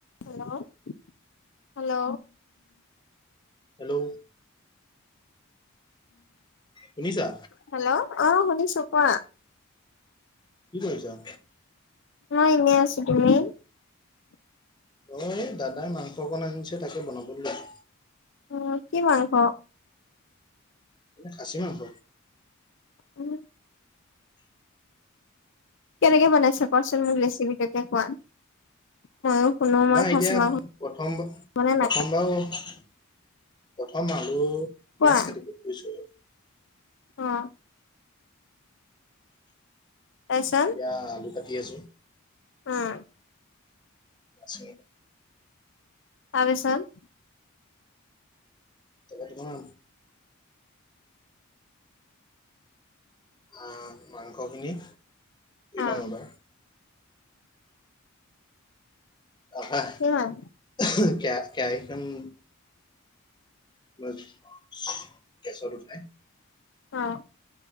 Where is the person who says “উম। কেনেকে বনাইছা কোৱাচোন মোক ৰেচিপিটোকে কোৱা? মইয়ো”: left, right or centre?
Left